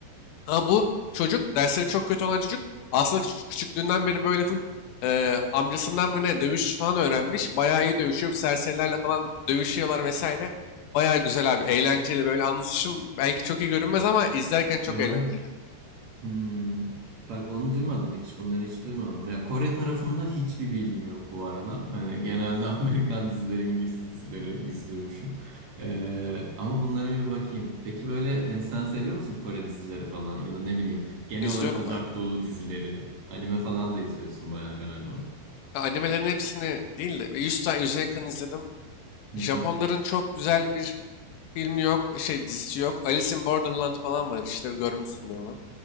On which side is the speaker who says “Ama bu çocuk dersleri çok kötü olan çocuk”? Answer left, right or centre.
Left